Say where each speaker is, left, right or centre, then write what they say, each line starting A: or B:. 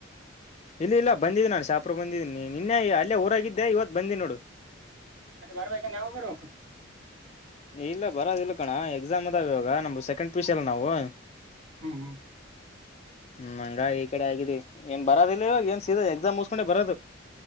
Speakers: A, on the left; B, on the right.
A: ಎಲ್ಲಿ ಇಲ್ಲ ಬಂದಿದ್ದೆ ನಾನ್ ಶಾಪೂರಗ ಬಂದಿದ್ದಿನಿ ನಿನ್ನೇ ಅಲ್ಲೇ ಊರಾಗ ಇದ್ದೇ ಇವತ್ತ ಬಂದೀನಿ ನೋಡು. <inaudible>
B: ಮತ್ತೆ ಬರ್ಬೇಕ ಯಾವಗರ ಬರ್ಬೇಕು. <inaudible>
A: ಇಲ್ಲ ಬರೋದ ಇಲ್ಲ ಕಣೋ ಎಕ್ಸಾಮ್ ಅದಾವ ಇವಾಗ ನಮ್ಮದು ಸೆಕೆಂಡ್ ಪಿಯುಸಿ ಅಲ್ಲ ನಾವು. <inaudible>
B: ಹು ಹು. <inaudible>
A: <inaudible> ಹ್ಮ್ ಹಂಗ ಆಗಿ ಈ ಕಡೆ ಆಗಿದೀವಿ ಏನ್ ಬರದಿಲ್ಲ ಇವಾಗ ಏನ್ ಸೀದ ಎಕ್ಸಾಮ್ ಮುಗುಸ್ಕೊಂಡೆ ಬರೋದು. <inaudible>